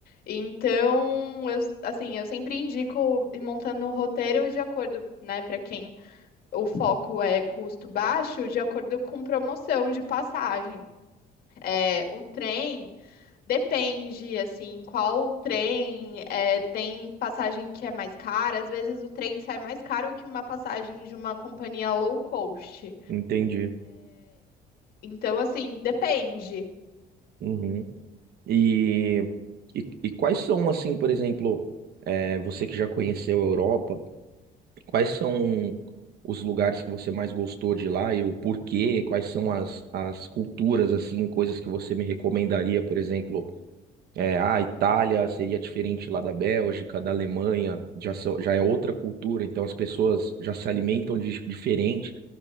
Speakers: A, on the left (about 60°); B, on the right (about 65°).
A: Então, eu, assim, eu sempre indico ir montando o roteiro de acordo, né, para quem o foco é custo baixo, de acordo com promoção de passagem. É, o trem. Depende, assim, qual trem, é, tem passagem que é mais cara, às vezes o trem sai mais caro que uma passagem de uma companhia low cost.
B: entendi.
A: Então, assim, depende.
B: Uhum. E, e, e quais são, assim, por exemplo, é, você que já conheceu a Europa, Quais são os lugares que você mais gostou de lá e o porquê? Quais são as, as culturas, assim, coisas que você me recomendaria, por exemplo? É, ah, a Itália seria diferente lá da Bélgica, da Alemanha, já, são- já é outra cultura, então as pessoas já se alimentam de, diferente.